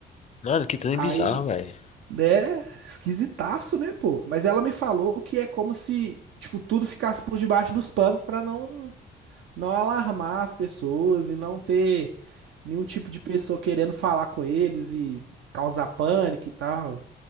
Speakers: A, on the left; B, on the right.
A: Mano, que trem
B: Aí,
A: bizarro, velho.
B: né? Esquisitaço, né, pô? Mas ela me falou que é como se, tipo, tudo ficasse por debaixo dos panos pra não não alarmar as pessoas e não ter nenhum tipo de pessoa querendo falar com eles e causar pânico e tal.